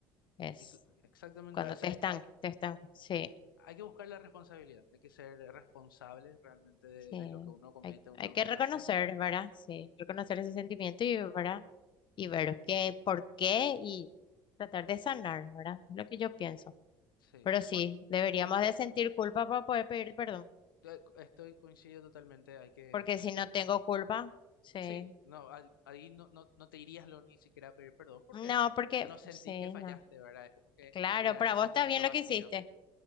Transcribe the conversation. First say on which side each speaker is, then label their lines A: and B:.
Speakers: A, on the left; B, on the left.
A: es.
B: Y cl- Exactamente,
A: Cuando
B: o sea,
A: te están
B: hay,
A: te están Sí,
B: hay que buscar la responsabilidad, hay que ser responsable realmente de,
A: sí.
B: de lo que uno comete,
A: Hay,
B: uno
A: hay
B: lo
A: que
B: que
A: reconocer,
B: hace.
A: ¿verdad? Sí, reconocer ese sentimiento y, ¿verdad? Y ver
B: Sí,
A: qué, por qué y tratar de sanar, ¿verdad? Es lo que yo pienso.
B: sí.
A: Pero sí,
B: Bueno,
A: deberíamos de sentir culpa para poder pedir perdón.
B: te- estoy coincido totalmente, hay que
A: Porque
B: sentir
A: si no tengo
B: culpa.
A: culpa, sí.
B: Sí, no, al- ahí no, no, no te irías lo ni siquiera a pedir perdón porque
A: No, porque,
B: no sentís
A: sí,
B: que fallaste,
A: no.
B: ¿verdad? Es como que
A: Claro,
B: queda
A: para
B: ese
A: vos
B: sentimiento
A: está bien lo
B: vacío.
A: que hiciste.